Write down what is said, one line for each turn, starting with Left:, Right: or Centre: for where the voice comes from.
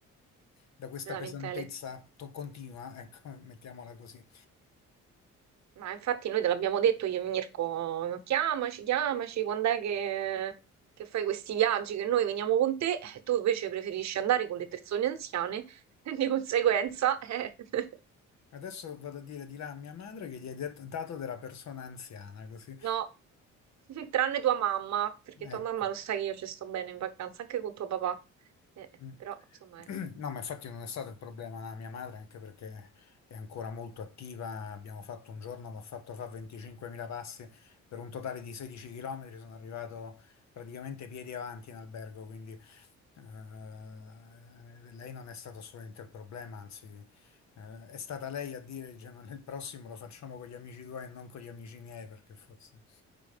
Left: da questa
Right: Lamentele.
Left: pesantezza to- continua, <laughs> ecco, mettiamola così.
Right: Ma infatti noi te l'abbiamo detto io e Mirko, chiamaci, chiamaci, quando è che, che fai questi viaggi, che noi veniamo con te, e tu invece preferisci andare con le persone anziane, <laughs> di conseguenza, eh, <laughs>
Left: Adesso vado a dire di là a mia madre che gli hai det- dato della persona anziana, così. <laughs>
Right: no. <laughs> Tranne tua mamma, perché tua
Left: Ecco.
Right: mamma lo sa che io ci sto bene in vacanza, anche con tuo papà. Eh,
Left: Mm.
Right: però, insomma,
Left: <clears throat>
Right: ecco.
Left: No, ma infatti non è stato il problema mia madre, anche perché è ancora molto attiva. Abbiamo fatto un giorno, mi ha fatto fare 25.000 passi per un totale di 16 km. Sono arrivato praticamente piedi avanti in albergo, quindi eh, lei non è stato assolutamente il problema, anzi eh, è stata lei a dire, dice, ma nel prossimo lo facciamo con gli amici tuoi e non con gli amici miei, perché forse...